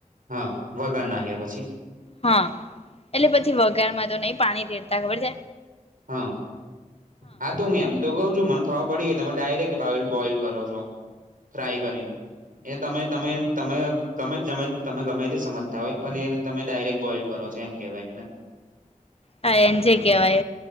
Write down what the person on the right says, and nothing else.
હા વગાર નાખ્યા પછી
હા હા તો હું એમ તો કહું છું મને ખબર પડી તમે ડાયરેક્ટ બોઇલ કરો છો ફ્રાય કરીને એ તમે તમે તમે ગમે મે તમે ગમે તે સમજતા હોય પણ એને તમે ડાયરેક્ટ બોઈલ કરો છે એમ કેહેવાય એને